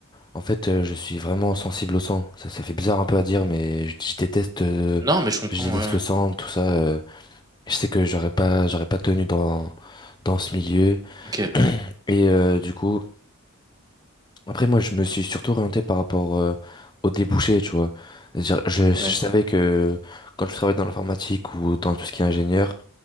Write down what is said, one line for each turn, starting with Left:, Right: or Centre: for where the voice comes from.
Left: en fait, euh, je suis vraiment sensible au sang. Ça, ça fait bizarre un peu à dire, mais je, je déteste, euh,
Right: Non, mais je comprends,
Left: je déteste
Right: ouais, ouais.
Left: le sang, tout ça. euh. je sais que j'aurais pas, j'aurais pas tenu dans dans ce milieu
Right: OK,
Left: et euh, du coup. Après, moi, je me suis surtout orienté par rapport euh, aux débouchés, tu vois. C'est-à-dire, Je, je savais
Right: ouais.
Left: que quand tu travailles dans l'informatique ou dans tout ce qui est ingénieur,